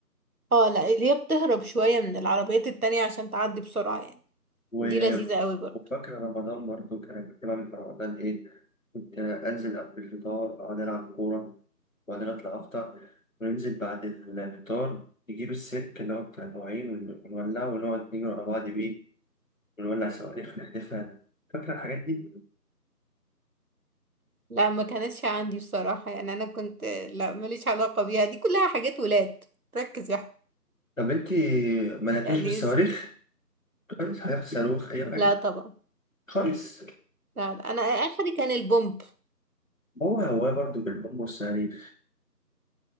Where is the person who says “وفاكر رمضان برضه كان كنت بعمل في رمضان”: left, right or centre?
Left